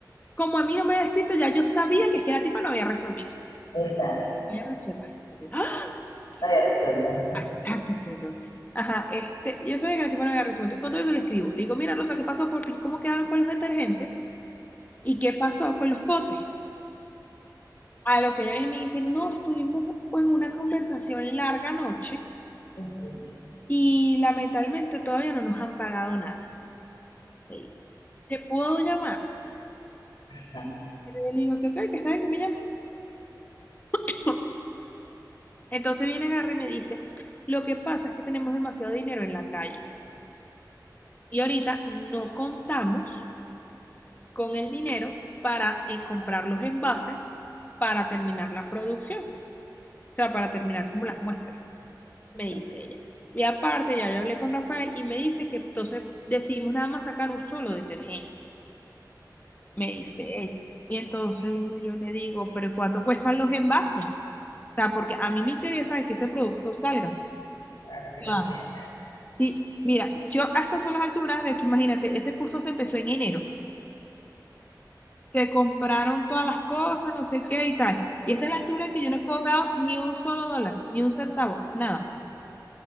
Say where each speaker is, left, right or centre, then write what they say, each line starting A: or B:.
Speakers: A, on the left (about 25°); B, on the left (about 85°).
A: como a mí no me había escrito, ya yo sabía que es que la tipa no había resolvido.
B: Exacto,
A: le resuelto. Ay, resuelto. ¡Ah! ¡Qué
B: no había resuelto. ¿no?
A: exacto, qué horror. Ajá, este, yo sabía que el tipo no había resuelto. Con todo eso le escribo. Le digo, mira, Rosa, ¿qué pasó por fin? ¿Cómo quedaron con los detergentes? ¿Y qué pasó con los potes? A lo que ella viene y me dice, no, estuvimos en una conversación larga noche
B: Ujú.
A: y lamentablemente todavía no nos han pagado nada. Me dice, ¿te puedo llamar?
B: Claro,
A: Y yo le digo, que ok, que está bien que me llame. <laughs> Entonces viene Gary y me dice, lo que pasa es que tenemos demasiado dinero en la calle y ahorita no contamos con el dinero para eh, comprar los envases para terminar la producción, o sea, para terminar como las muestras,
B: exacto,
A: me dice ella. Y aparte, ya yo hablé con Rafael y me dice que entonces decidimos nada más sacar un solo detergente, me dice ella. Y entonces yo le digo, pero ¿cuánto cuestan los envases? O sea, porque a mí me interesa que ese producto salga.
B: ahora que termine,
A: Ah, Sí, mira, yo a estas son las alturas de que imagínate, ese curso se empezó en enero. se compraron todas las cosas, no sé qué y tal. Y esta es la altura en que yo no he cobrado ni un solo dólar, ni un centavo, nada.